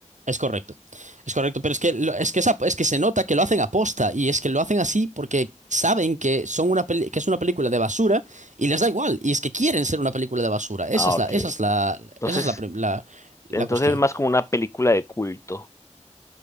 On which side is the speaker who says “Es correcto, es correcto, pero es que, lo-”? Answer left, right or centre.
Right